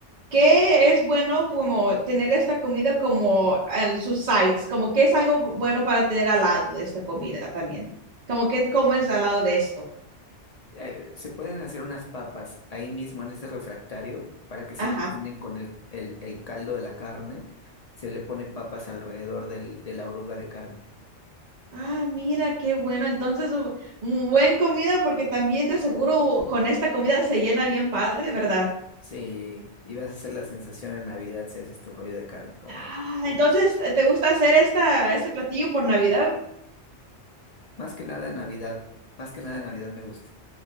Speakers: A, on the right; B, on the left.
A: qué es bueno como tener esta comida como al sus sides, como qué es algo bu- bueno para tener al lado de esta comida también. Como qué comes al lado de esto.
B: eh, se pueden hacer unas papas ahí mismo en ese refractario para que se
A: Ajá.
B: cocinen con el, el, el caldo de la carne. Se le pone papas alrededor del, de la oruga de carne.
A: Ah, mira, qué bueno. Entonces, u- un buen comida porque también de seguro con esta comida se llena bien padre, ¿verdad?
B: Sí, y vas a hacer la sensación en Navidad si haces tu rollo de carne, como
A: Ah,
B: ves.
A: entonces, eh, ¿te gusta hacer esta, este platillo por Navidad?
B: Más que nada en Navidad, más que nada en Navidad me gusta.